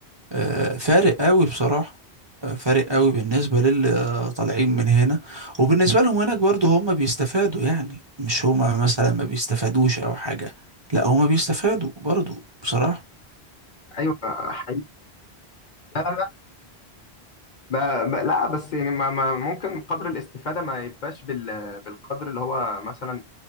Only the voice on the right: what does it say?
آه، فارق قوي بصراحة آه، فارق قوي بالنسبة للي طالعين من هنا وبالنسبة لهم هناك برضو هم بيستفادوا يعني مش هما مثلا ما بيستفادوش أو حاجة لا هما بيستفادوا برضو بصراحة